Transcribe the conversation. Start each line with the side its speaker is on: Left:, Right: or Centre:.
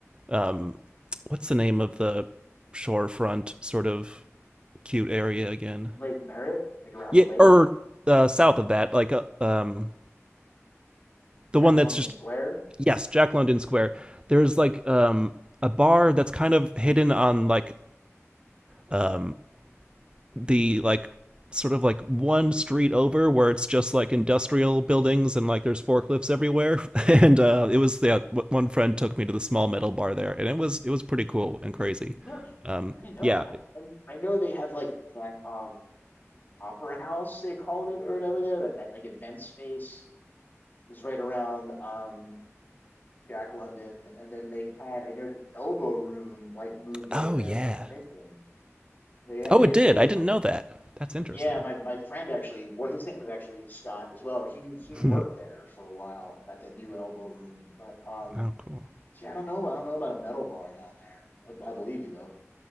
Right: um, what's the name of the shorefront sort of cute area again?
Left: Lake Merritt, like around
Right: Yeah,
Left: the lake,
Right: or uh, south of that, like uh, um,
Left: Jack
Right: the one that's
Left: London
Right: just
Left: Square.
Right: yes, Jack London Square. There's like um, a bar that's kind of hidden on like um, the like sort of like one street over where it's just like industrial buildings and like there's forklifts everywhere. <laughs> And uh, it was yeah, one friend took me to the small metal bar there, and it was it was pretty cool and crazy.
Left: No,
Right: Um,
Left: I didn't know.
Right: yeah.
Left: I I I know they have like that um opera house they called it or whatever there that that like event space is right around um Jack London, and then they had I know the Elbow Room like moved over
Right: Oh
Left: there
Right: yeah.
Left: from the Mission they had-
Right: Oh,
Left: they
Right: it
Left: they
Right: did.
Left: would
Right: I didn't
Left: put
Right: know that. That's interesting.
Left: Yeah, my my friend actually, well, his name was actually Scott as well. He he worked
Right: <laughs>
Left: there for a while at the new Elbow Room, but um,
Right: oh, cool.
Left: yeah, I don't know, I don't know about a metal bar down there. I, I believe you though.